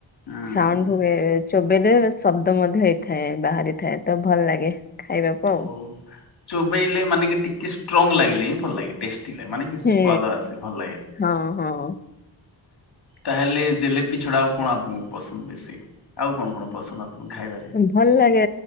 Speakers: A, on the left; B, on the left.
A: ହୁଁ
B: ସାଣ୍ଡ ଚୋବେଲେ ଶବ୍ଦ ମଧ୍ୟ ହେଇଥାଏ ବାହାରିଥାଏ ତ ଭଲ ଲାଗେ ଖାଇବାକୁ ଆଉ
A: ଓ ଚୋବେଇଲେ ମାନେ କି ଟିକେ ଷ୍ଟ୍ରଙ୍ଗ ଲାଗିଲେ ହିଁ ଭଲ ଲାଗେ ଟେଷ୍ଟି ଲାଗେ ମାନେ କି ସ୍ଵଦ
B: ହୁଁ
A: ଆସେ ଭଲ ଲାଗେ
B: ହଁ ହଁ।
A: ତାହେଲେ ଜେଲେପି ଛଡା ଆଉ କଣ ଆପଣଙ୍କୁ ପସନ୍ଦ ବେଶୀ ଆଉ କଣ କଣ ପସନ୍ଦ ଆପଣଙ୍କୁ ଖାଇବା
B: ଭଲ ଲାଗେ